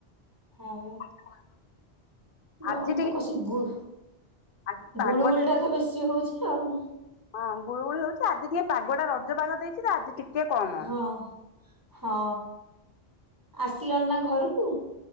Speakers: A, on the right (about 20°); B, on the left (about 55°).
A: <unintelligible>
B: <unintelligible>
A: ଗରମ
B: ଆଜି ଟିକେ
A: ତ କସିକି ଗୁଳୁ
B: ଆଜି ପାଗ
A: ଗୁଳୁଗୁଳିଟା ତ ବେଶୀ ହୋଉଚି ଆଉ।
B: ହଁ ଗୁଳୁ ଗୁଳି ହଉଛି। ଆଜି ଟିକେ ପାଗଟା ରଜ ପାଗ ଦେଇଛି ଆଜି ଟିକେ କମ
A: ହଁ ହଁ ଆସିଲନି ନା ଘରକୁ?